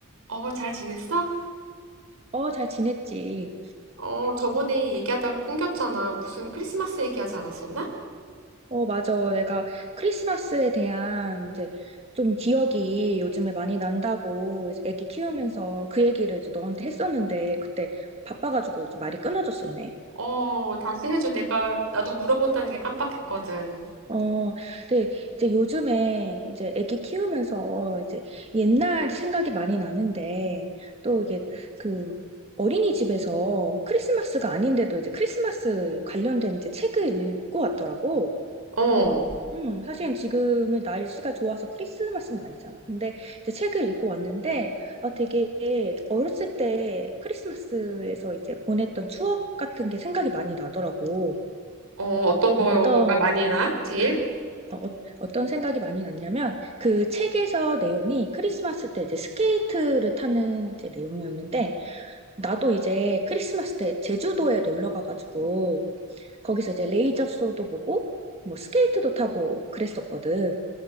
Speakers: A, on the right; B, on the right.
A: 어, 잘 지냈어?
B: 어, 잘 지냈지.
A: 어, 저번에 얘기하다가 끊겼잖아. 무슨 크리스마스 얘기하지 않았었나?
B: 어, 맞아. 내가 크리스마스에 대한 이제 좀 기억이 요즘에 많이 난다고 이제 애기 키우면서 그 얘기를 이제 너한테 했었는데 그때 바빠가지고 이제 말이 끊어졌었네.
A: 어, 다시 해줘. 내가, 나도 물어본다는 게 깜빡했거든.
B: 어, 근데 이제 요즘에 이제 애기 키우면서 이제 옛날 생각이 많이 나는데 또 이게 그 어린이집에서 크리스마스가 아닌데도 이제 크리스마스 관련된 이제 책을 읽고 왔더라고.
A: 어,
B: 음, 사실 지금은 날씨가 좋아서 크리스마스는 아니잖아. 근데 이제 책을 읽고 왔는데, 아, 되게 어렸을 때 크리스마스에서 이제 보냈던 추억 같은 게 생각이 많이 나더라고.
A: 어, 어떤 거가
B: 음, 어떤,
A: 많이 나? 제일?
B: 어, 어- 어떤 생각이 많이 났냐면, 그 책에서 내용이 크리스마스 때 이제 스케이트를 타는 이제 내용이었는데, 나도 이제 크리스마스 때 제주도에 놀러 가가지고, 거기서 이제 레이저 쇼도 보고, 뭐 스케이트도 타고 그랬었거든.